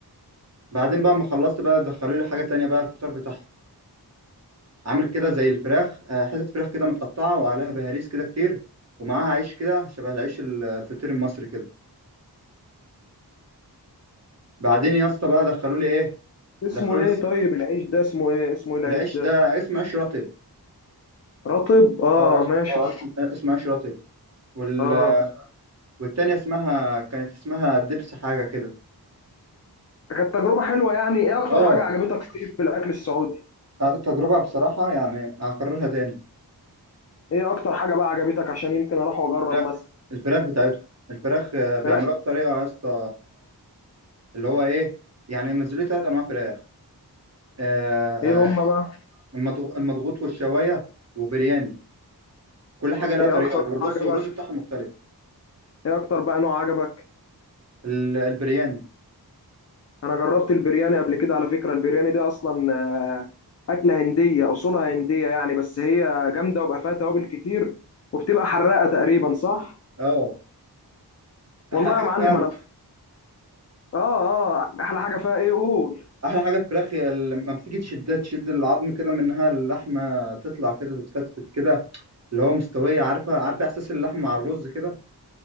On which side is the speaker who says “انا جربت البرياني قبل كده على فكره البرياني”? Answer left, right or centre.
Left